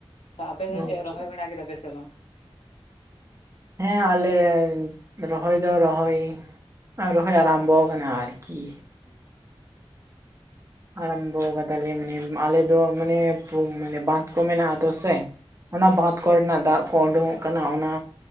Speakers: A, on the left; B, on the right.
A: ᱟᱯᱮ ᱫᱚ
B: ᱟᱪᱪᱷᱟ
A: ᱪᱮᱫ ᱨᱚᱦᱚᱭ ᱵᱟᱲᱟ ᱠᱮᱫᱟ ᱯᱮ ᱥᱮ ᱵᱟᱝ?
B: ᱦᱮᱸ ᱟᱞᱮ ᱨᱚᱦᱚᱭ ᱫᱚ ᱨᱚᱦᱚᱭ ᱨᱚᱦᱚᱭ ᱟᱨᱟᱢᱵᱚ ᱠᱟᱱᱟ ᱟᱨᱠᱤ᱾
A: ᱦᱩᱸ,
B: ᱟᱨᱟᱢᱵᱚ ᱠᱟᱫᱟᱞᱮ ᱢᱟᱱᱮ ᱟᱞᱮ ᱫᱚ ᱢᱟᱱᱮ ᱳᱢ ᱢᱟᱱᱮ ᱵᱟᱸᱫᱷ ᱠᱚ ᱢᱮᱱᱟᱜ ᱟᱛᱚ ᱥᱮ, ᱚᱱᱟ ᱵᱟᱸᱫᱷ ᱠᱚᱨᱮᱱᱟᱜ ᱫᱟᱜ ᱠᱚ ᱳᱰᱳᱝᱚᱜ ᱠᱟᱱᱟ ᱚᱱᱟ᱾